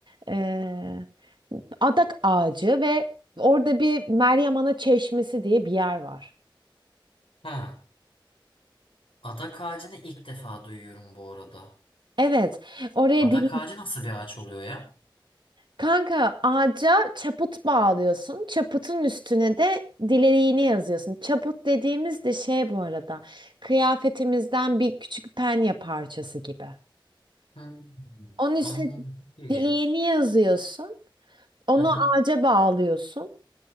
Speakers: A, on the right (about 60°); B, on the left (about 85°).
A: Eee adak ağacı ve orada bir Meryem Ana Çeşmesi diye bir yer var.
B: Ha. Adak ağacını ilk defa duyuyorum bu arada.
A: Evet, oraya
B: Adak
A: dil
B: ağacı nasıl bir ağaç oluyor ya?
A: kanka ağaca çaput bağlıyorsun. Çaputun üstüne de dileğini yazıyorsun. Çaput dediğimiz de şey bu arada. Kıyafetimizden bir küçük penye parçası gibi.
B: Hmm,
A: Onun üstüne
B: anladım. Çok İlginç.
A: dileğini yazıyorsun. Onu
B: Hı hı,
A: ağaca bağlıyorsun.